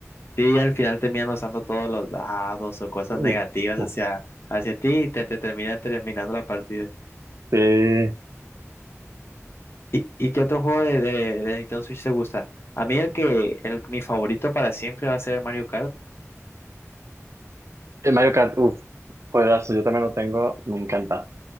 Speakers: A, on the left (about 50°); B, on the right (about 65°).
A: sí, al final terminan usando todos los dados o cosas
B: Uf,
A: negativas
B: uf.
A: hacia, hacia ti y te te terminan terminando la partida.
B: Sí.
A: ¿Y, y qué otro juego de, de- de Nintendo Switch te gusta? A mí el que, el, mi favorito para siempre va a ser el Mario Kart.
B: El Mario Kart, uff, juegazo, yo también lo tengo, me encanta.